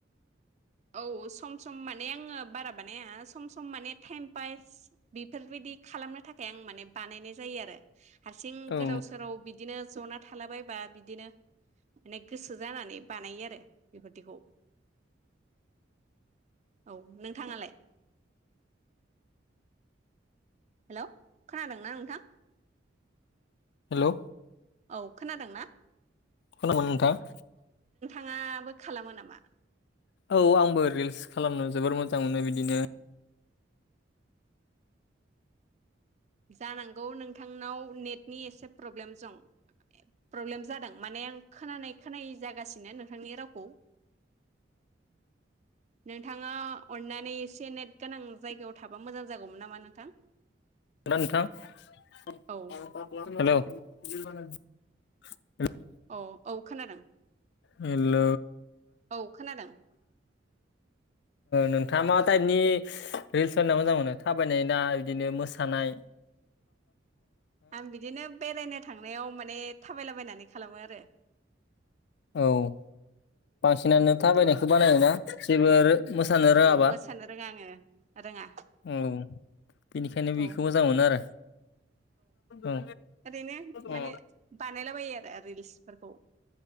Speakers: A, on the right; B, on the left.
A: औ सम सम माने आङो बारा बानाया सम सम माने टाइम पास बेफोरबायदि खालामनो थाखाय आं माने बानायनाय जायो आरो। हारसिं
B: औ
A: गोदाव सोराव बिदिनो जना थालाबायबा बिदिनो माने गोसो जानानै बानायो आरो बेफोरदिखौ। औ नोंथाङालाय हेल' खोनादोंना नोंथां
B: हेल'
A: औ खोनादों ना
B: खन मोन नथा <inaudible>
A: नाङाबो खालामो नामा?
B: औ आंबो रिल्स खालामनो जोबोर मोजां मोनो बिदिनो
A: जानांगौ नोंथांनाव नेटनि एसे प्रब्लेम दं प्रब्लेम जादों माने आं खोनानाय खोनाय जागासिनो नोंथांनि रावखौ नोंथाङा अननानै एसे नेट गोनां जायगायाव थाबा मोजां जागौमोन नामा नोंथां।
B: थ हेल'
A: औ
B: <inaudible> <inaudible>
A: अ औ खोनादों।
B: हेल'
A: औ खोनादों
B: नोंथाङा मा टाइपनि रिल्स होनना मोजां मोनो थाबायनाय ना बिदिनो मोसानाय?
A: आं बिदिनो बेरायनो थांनायाव माने थाबायलाबायनानै खालामो आरो।
B: औ। बखिानो थाबायनायखौ
A: औ
B: बानायोना जेबो मोसानो रोङाबा
A: औ मोसानो रोङा आङो रोङा
B: औ बेनिखायनो बेखौ
A: औ
B: मोजां मोनो आरो औ
A: ओरैनो माने
B: औ
A: बानायलाबायो आरो रिल्सफोरखौ